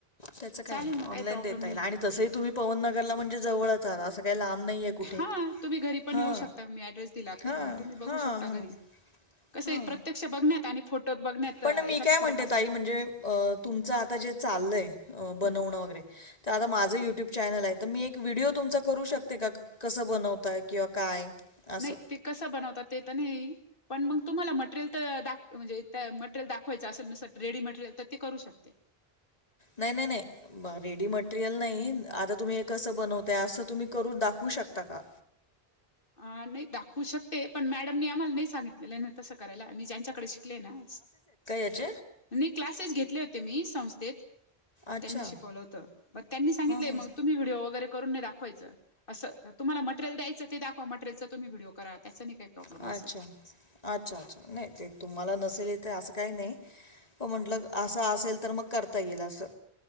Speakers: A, on the left; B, on the left.
A: त्याचं काही
B: चालेल
A: नाही
B: ना
A: ऑनलाईन
B: प्रॉब्लेम
A: देता
B: नाही
A: येईल आणि तसंही तुम्ही पवनगरला म्हणजे जवळच आह असं काही लांब नाही. कुठे
B: हा तुम्ही घरी पण
A: हा
B: येऊ शकता मी ऍड्रेस दिला
A: हा
B: काही मग तुम्ही बघू
A: हा हा.
B: शकता घरी कसं
A: हा
B: आहे प्रत्यक्ष बघण्यात आणि फोटोत बघण्यात
A: पण
B: अ,
A: मी
B: याच्यात
A: काय म्हणते
B: फरक अस
A: त आाई म्हणजे अ तुमचं आता जे चाललंय बनवणं
B: हम्म
A: वगैरे तर आता माझं युट्यूब चॅनल आहे तर मी एक व्हिडिओ तुमचा करू शकते का? कसं बनवतय किंवा काय असं
B: नाही ते कसं बनवतात ते तर नाही. पण मग तुम्हाला मटेरियल तर दाख म्हणजे त्या मटेरियल दाखवायच असे नसं रेडी मटेरियल तर ते करू शकते.
A: नाही नाही नाही ब रेडी मटेरियल नाही आता तुम्ही हे कसं बनवताय असं तुम्ही करू दाखवू शकता का?
B: अ नाही दाखवू शकते पण मॅडमनी आम्हाला नाही सांगितलेलं आहे नाही तस करायला मी ज्यांच्याकडे शिकले ना
A: अज
B: नाही क्लासेस घेतले होते मी संस्थेत
A: अच्छा.
B: त्यांनी शिकवलं होतं म त्यांनी सांगितलंय
A: हां, हां.
B: मग त तुम् व्हिडिओ वगर करून नाही दाखवाचं असं तुमला मटरियल द्यायचं. ते दाखवा मटरेल तम्ही् व्हिडिओ करा त्यांच काही नाही. प्रॉब्लेम
A: अच्छा
B: असं
A: अच्छा अच्छा नाही ते तुम्हाला नसेल येत असं काही नाही पण म्हटलं असं असेल तर मग करता येईल असं